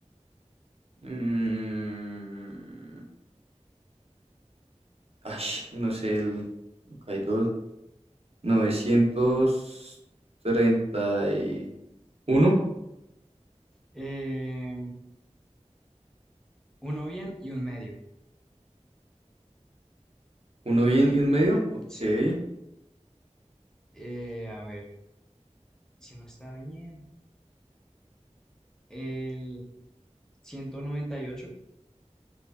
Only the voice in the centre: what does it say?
Eh, uno bien y un medio.
Sí. Eh, a ver, si no está bien, el 198.